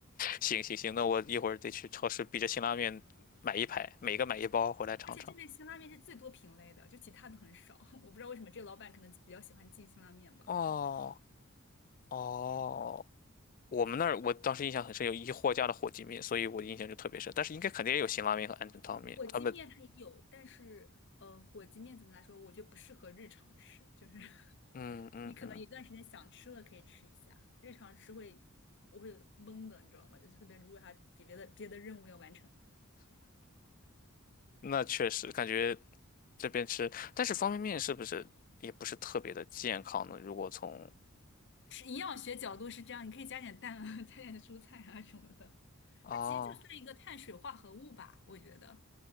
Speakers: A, on the left (about 40°); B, on the left (about 55°).
A: 行行行，那我一会儿得去超市逼着辛拉面买一排，每个买一包回来尝尝。
B: 而且这边辛拉面是最多品类的，就其他的很少，<laughs> 我不知道为什么这个老板可能比较喜欢进辛拉面吧。
A: 哦哦，我们那儿我当时印象很深，有一货架的火鸡面，所以我的印象就特别深。但是应该肯定也有辛拉面和鹌鹑汤面，
B: 火鸡面它也有，
A: 他们
B: 但是呃，火鸡面怎么来说，我觉得不适合日常吃，就是 <laughs>
A: 嗯嗯嗯，
B: 你可能一段时间想吃了可以吃一下，日常吃会我会懵的，你知道吗？就特别如果还比别的别的任务要完成的话，
A: 那确实感觉这边吃，但是方便面是不是也不是特别的健康呢？如果从
B: 是营养学角度是这样，你可以加点蛋啊，<laughs> 加点蔬菜啊什么的，
A: 哦。
B: 它其实就算一个碳水化合物吧，我觉得，